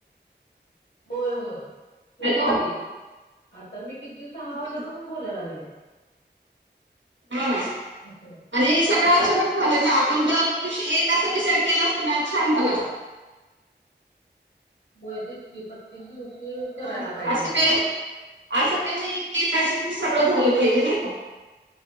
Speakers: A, on the left; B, on the right.
A: होय होय. तेच
B: हॅलो
A: की, आता मी किती सहा
B: हम्म
A: वाजल्यापासून बोलाय लागले.
B: म आणि
A: असं
B: हे सगळं अचानक झालं ना, आपण दर दिवशी एक असं डिसाईड केलं असतं ना, छान झाल असतं.
A: होय. तेच की, प्रत्येक दिवशी करायला
B: हा
A: पाहिजे
B: असं
A: होत.
B: काही
A: म
B: असं काय नाही की, एकाच दिवशी सगळं झालं पाहिजे नाय का?